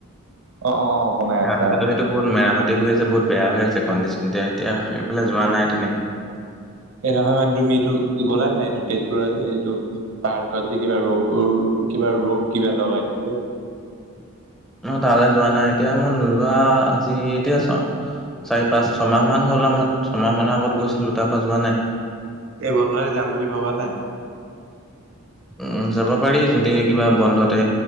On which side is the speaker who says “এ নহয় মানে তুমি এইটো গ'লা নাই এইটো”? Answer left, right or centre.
Right